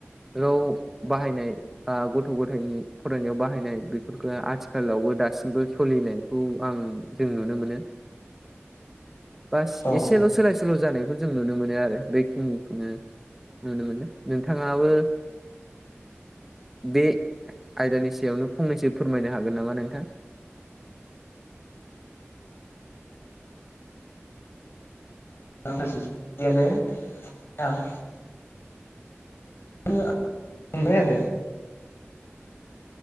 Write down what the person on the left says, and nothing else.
औ
<inaudible> मोनबाय आरो